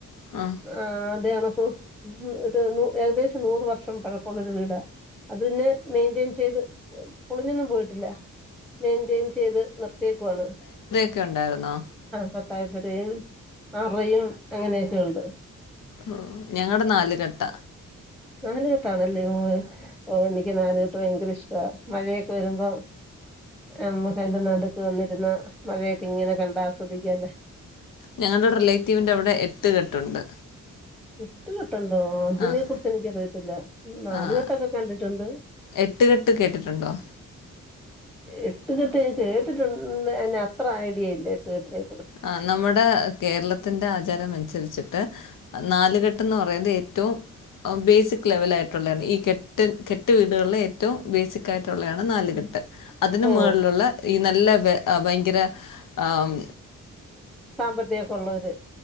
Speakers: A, on the left; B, in the centre.
A: ആ
B: ആഹ് തേകണക്കു ഒരു നൂ ഏകദേശം നൂറ് വർഷം പഴക്കൊള്ളൊരു വീടാ അതിനെ മെയിന്റെയിൻ ചെയ്ത് പൊളിഞ്ഞൊന്നും പോയിട്ടില്ല മെയിന്റെയിൻ ചെയ്ത് നിർത്തിയേക്കുവാണ്
A: ക്കെ ഒണ്ടാരുന്നോ
B: പത്താപ്പുരയും അറയും അങ്ങനെയൊക്കെഒണ്ട്
A: ഓ ഞങ്ങടെ നാല്കെട്ട
B: നാല്കെ- ട്ടാണല്ലേ ഓ നിക്ക്- ക്ക് നാല്കെട്ട് ഭയങ്കരിഷ്ടവ മഴയൊക്കെ വരുമ്പൊ അമ്മക്കതിന്റെ നടുക്ക് വന്നിരുന്ന മഴയൊക്കെ ഇങ്ങനെ കണ്ടാസ്വദിക്കാല്ലെ
A: ഞങ്ങളുടെ റിലേറ്റീവിന്റെ അവിടെ എട്ട് കെട്ടുണ്ട്
B: എട്ട്കെട്ട്- ട്ടൊണ്ടോ അതിനെ
A: ആഹ്
B: കുറിച്ച് എനിക്കറിയ- ത്തില്ല നാല്കെട്ടൊക്കെ
A: ആഹ്
B: കണ്ടിട്ടുണ്ട്
A: എട്ട് കെട്ട് കേട്ടിട്ടുണ്ടോ
B: എട്ട്കെട്ട് ഞാൻ കേട്ടിട്ടൊണ് അയി അത്ര ഐഡിയില്ല എട്ട്കെട്ടിനെ-
A: ആ നമ്മുടെ കേരളത്തിന്റെ ആചാരം അനുസരിച്ച്- ട്ട് നാലുകെട്ടെന്ന്പറയുന്ന ഏറ്റവും ബേസിക് ലെവലായിട്ടുള്ളാണ് ഈ കെട്ട് കെട്ട് വീടുകളിലെ ഏറ്റവും ബേസികായിട്ടുള്ളാണ് നാലുകെട്ട് അതിനും
B: ഓ
A: മേളിളൊള്ള ഈ നല്ല ഭയങ്കര ആവും
B: സാമ്പത്തികോക്കെ ഒള്ളവര്